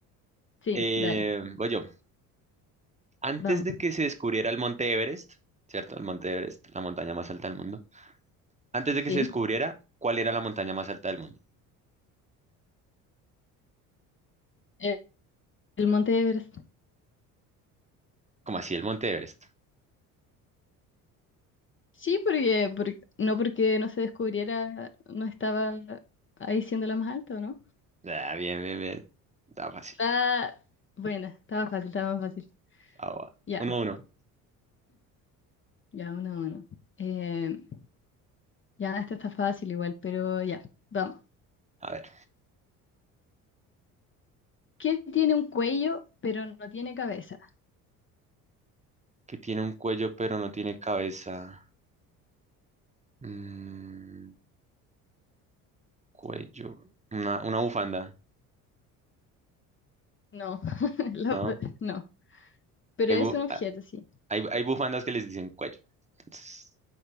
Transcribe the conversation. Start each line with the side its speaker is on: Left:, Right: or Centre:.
Left: Sí,
Right: Eh,
Left: dale,
Right: voy yo. Antes
Left: vamos.
Right: de que se descubriera el Monte Everest, ¿cierto? El Monte Everest, la montaña más alta del mundo. Antes de
Left: Sí,
Right: que se descubriera cuál era la montaña más alta del mundo.
Left: eh, el Monte Everest.
Right: Como así el Monte Everest.
Left: Sí, porque, porque- no porque no se descubriera, no estaba ahí siendo la más alta, ¿no?
Right: Ah, bien, bien, bien. Está fácil.
Left: Ah, buena, estaba fácil, estaba más fácil.
Right: Ah, va.
Left: Ya,
Right: Uno, uno.
Left: ya, uno a uno. Eh, ya, esto está fácil igual, pero ya, vamos.
Right: A ver.
Left: ¿Qué tiene un cuello pero no tiene cabeza?
Right: Que tiene un cuello pero no tiene cabeza. Mm, cuello. Una, una bufanda,
Left: No, <laughs> la-
Right: ¿no?
Left: no, pero
Right: Que
Left: es
Right: hay, bu-
Left: un objeto,
Right: a-
Left: sí.
Right: hay- hay bufandas que les dicen cuello. Entonces,